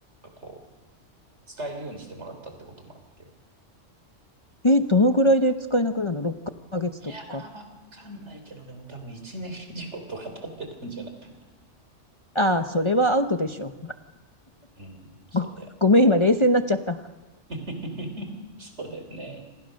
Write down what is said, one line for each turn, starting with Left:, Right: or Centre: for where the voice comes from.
Right: こう、使えるようにしてもらったってこともあって。
Left: え、どのぐらいで使えなくなるの ?6 ヶ月とか。
Right: いやー、わかんないけど、でも多分1年以上とか経ってたんじゃないかな。
Left: ああ、それはアウトでしょ。
Right: うん、そうだよね
Left: ご、ごめん、今冷静になっちゃった。
Right: <laughs> そうだよね。